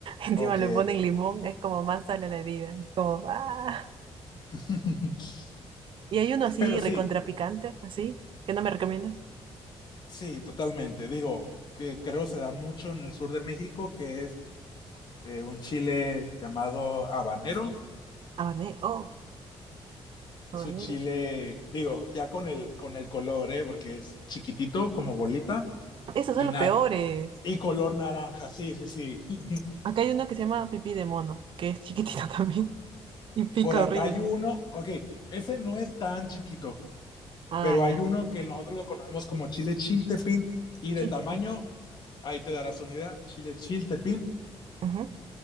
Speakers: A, on the right; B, on the left.
A: Encima
B: Ok.
A: le ponen limón. Es como más sal a la herida. Es como... ¡ah!
B: <laughs>
A: Y hay uno así
B: Pero sí,
A: recontrapicante, así, que no me recomiendas.
B: sí, totalmente. Digo, que creo se da mucho en el sur de México, que es eh, un chile llamado habanero.
A: Habanero. Oh,
B: Es
A: habanero.
B: un chile, digo, ya con el, con el color, ¿eh? Porque es chiquitito, como bolita,
A: Esos
B: y,
A: son los
B: na
A: peores.
B: y color naranja, sí, sí, sí.
A: Acá hay uno que se llama pipí de mono, que es chiquitito <laughs> también y pica
B: Por acá
A: horrible.
B: hay uno, ok, ese no es tan chiquito,
A: Ah,
B: pero
A: ya.
B: hay uno que nosotros lo conocemos como chile chiltepín, y
A: Chiltepín.
B: de tamaño, ahí te darás una idea, chile chiltepín,
A: Ujú.